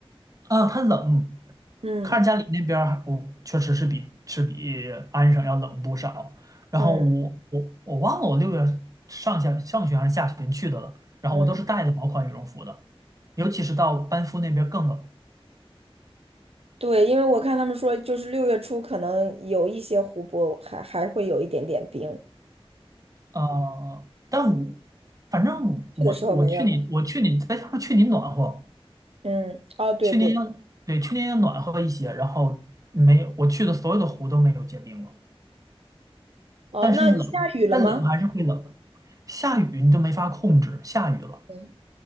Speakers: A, on the right; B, on the right.
A: 嗯，它冷，
B: 嗯
A: 看着家里那边儿，我确实是比是比安省要冷不少。然后我我我忘了我六月上下上旬还是下旬去的了，
B: 嗯
A: 然后我都是带的薄款羽绒服的，
B: 嗯。
A: 尤其是到班夫那边更冷。
B: 对，因为我看他们说，就是六月初可能有一些湖泊还还会有一点点冰，
A: 呃，但我反正我我去你我去你再加上去年暖和，
B: 去的时候没有了。嗯，哦，对对对，
A: 去年对去年也暖和一些，然后没有我去的所有的湖都没有结冰了。
B: 哦，
A: 但是冷，
B: 那下雨了吗？
A: 但冷还是会冷。下雨你就没法控制，下雨了，
B: 嗯，